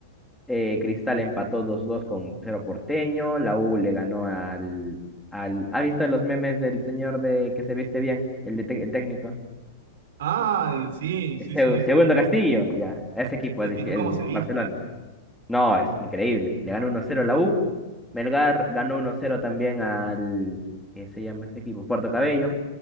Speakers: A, in the centre; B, on the right.
A: Eh, Cristal empató dos dos con Cerro Porteño. La U le ganó al, al... ¿Ha visto los memes del señor de que se viste bien? El, de te- el técnico.
B: Ah, el- sí, sí,
A: Seu-
B: sí.
A: Segundo Castillo, ya. Ese equipo,
B: Eh,
A: el,
B: Pero
A: el
B: ¿cómo se viste?
A: Barcelona. No, es increíble. Le ganó uno cero a la U. Melgar ganó uno cero también al, ¿qué se llama este equipo? Puerto Cabello.